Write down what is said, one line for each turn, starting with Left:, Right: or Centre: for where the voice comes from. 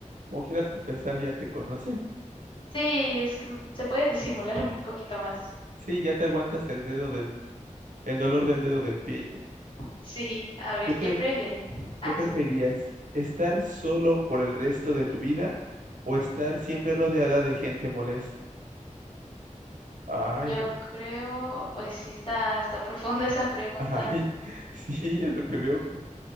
Right: como quiera tropezar, ya te conocen. <laughs>
Left: Sí, es, mm, se puede disimular un poquito más.
Right: Sí, ya te aguantas el dedo del, el dolor del dedo del pie y ya.
Left: Sí, a ver,
Right: ¿Tú qué,
Left: ¿qué prefieres? Ah,
Right: qué preferías?
Left: sí.
Right: ¿Estar solo por el resto de tu vida o estar siempre rodeada de gente molesta? Ay.
Left: Yo creo, hoy sí está, está profunda esa pregunta.
Right: Ay, <laughs> sí, es lo que veo que